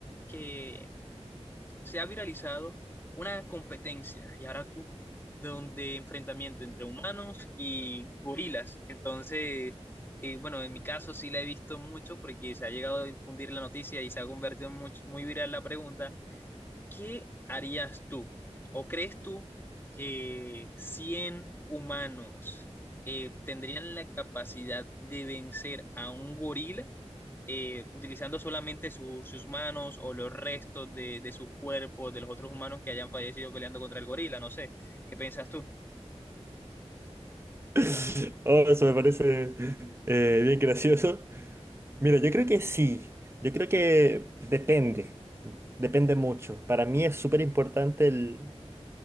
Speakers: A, on the left; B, on the right.
A: que se ha viralizado una competencia y ahora donde enfrentamiento entre humanos y gorilas. Entonces, eh, bueno, en mi caso sí la he visto mucho porque se ha llegado a difundir la noticia y se ha convertido en muy, muy viral la pregunta, ¿qué harías tú? ¿O crees tú que 100 humanos eh, tendrían la capacidad de vencer a un gorila? eh, utilizando solamente su- sus manos o los restos de, de sus cuerpos, de los otros humanos que hayan fallecido peleando contra el gorila, no sé, ¿qué piensas tú?
B: <laughs> Oh, eso me parece eh, bien gracioso. Mira, yo creo que sí. Yo creo que depende. Depende mucho. Para mí es súper importante el,